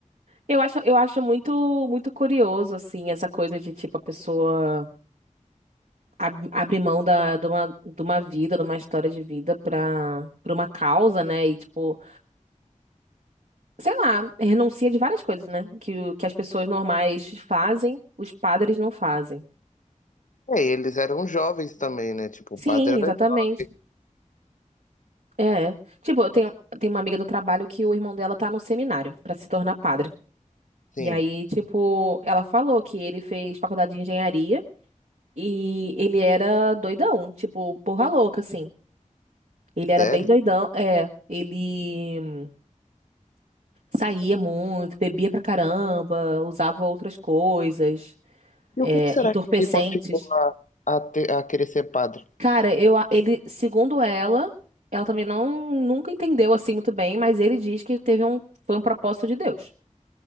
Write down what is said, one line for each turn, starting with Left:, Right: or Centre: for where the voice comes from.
Right: Eu acho, eu acho muito, muito curioso, assim, essa coisa de, tipo, a pessoa ab- abrir mão da, de uma, de uma vida, de uma história de vida pra, pra uma causa, né? E, tipo, sei lá, renuncia de várias coisas, né? Que, o- que as pessoas normais fazem, os padres não fazem.
Left: É, eles eram jovens também, né? Tipo,
Right: Sim,
Left: o padre era
Right: exatamente.
Left: jovem,
Right: É. Tipo, eu tenho, eu tenho uma amiga do trabalho que o irmão dela tá no seminário pra se tornar padre.
Left: sim.
Right: E aí, tipo, ela falou que ele fez faculdade de engenharia. E ele era doidão, tipo, porra louca, assim. Ele era
Left: Sério?
Right: bem doidão, é. Ele saía muito, bebia pra caramba, usava outras coisas,
Left: E
Right: é,
Left: o que que será
Right: entorpecentes.
Left: que ele motivou a, a, ter- a querer ser padre?
Right: Cara, eu, a- ele, segundo ela, ela também não nunca entendeu assim muito bem, mas ele diz que teve um, foi um propósito de Deus.